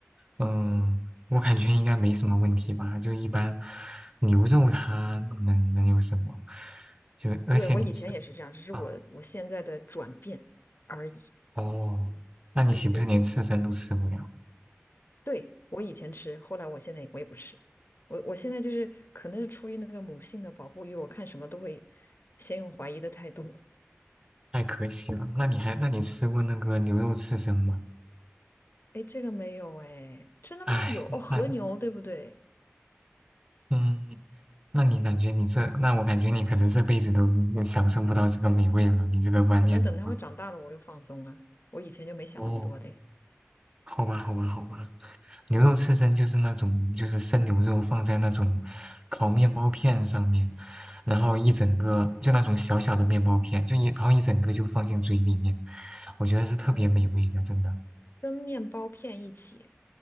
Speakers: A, on the right; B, on the left.
A: 嗯，我感觉应该没什么问题吧。就一般牛肉它能能有什么？就而且你吃
B: 对，我以前也是这样，只是我我现在的转变而已。
A: 啊，哦，那你岂不是连刺身都吃不了？
B: 对对对对，我以前吃，后来我现在我也不吃。我我现在就是可能是出于那个母性的保护欲，我看什么都会先用怀疑的态度。
A: 太可惜了。那你还那你吃过那个牛肉刺身吗？
B: 哎，这个没有哎，真的吗？
A: 唉，
B: 有哦，和牛对不对？
A: 那嗯，那你感觉你这，那我感觉你可能这辈子都享受不到这个美味了。你这个观念的话，
B: 可能等他们长大了，我又放松了。我以前就没想那么多的
A: 哦，好吧，好吧，好吧。牛肉刺身就是那种，就是生牛肉放在那种烤面包片上面，然后一整个就那种小小的面包片，就一然后一整个就放进嘴里面，我觉得是特别美味的，
B: 哦，
A: 真的。
B: 跟面包片一起。